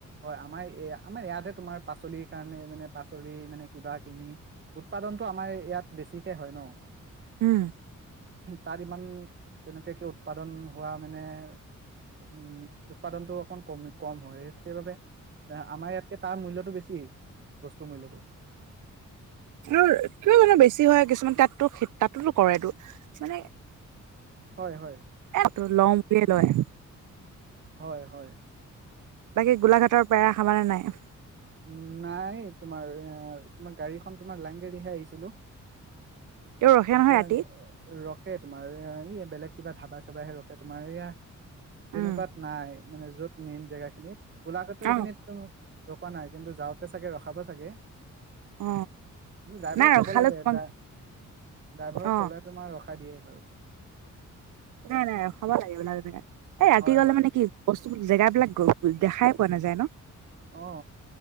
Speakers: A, on the right; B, on the right.
A: হয় আমাৰ আমাৰ ইয়াতে তোমাৰ পাচলি কাৰণে মানে পাচলি মানে কিবা কিনি উৎপাদনতটো আমাৰ ইয়াত বেছিকে হয় ন
B: উম
A: তাৰ ইমান তেনেকে উৎপাদন হোৱা মানে উম উৎপাদনতটো অকণ কমি কম হয় সেইবাবে আমাৰ ইয়াতকে তাৰ মূল্যটো বেছি বস্তু মিলতো
B: ত ত মানে বেছি হয় কিছুমান তাতো তাতোতো কৰেটো মানে
A: হয় হয়
B: এ লওঁ বুলিয়ে লয়
A: হয় হয়
B: বাকী গোলাঘাটৰ পেৰা খালানে নাই?
A: উম নাই তোমাৰ তোমাৰ গাড়ীখন তোমাৰ লাইন গাড়ীহে আহিছিলো।
B: তেওঁ ৰখে
A: এতিয়া
B: নহয় ৰাতি
A: ৰখে তোমাৰ এ এই বেলেগ কিবা ধাবা চাবাই হে ৰখে তোমাৰ এয়া তেনেকুৱাত
B: উম
A: নাই মানে য'ত মেইন জেগাখিনি গোলাঘাটটো এইখিন
B: অ
A: তো পোৱা নাই কিন্তু যাওঁতে চাগে ৰখাব চাগে
B: অ
A: ড্ৰাইভাৰক
B: নাই
A: ক'ব
B: ৰখালে
A: লাগে
B: তোমাক
A: ড ড্ৰাইভাৰক
B: অ
A: ক'লে তোমাৰ ৰখাই দিয়ে বাৰু
B: নাই নাই ৰখাব লাগে বিলাক এ জেগাত এই ৰাতি
A: হয়
B: গ'লে
A: হয়
B: মানে কি বস্তু জেগাবিলাক দেখাই পোৱা নাযায় ন
A: অ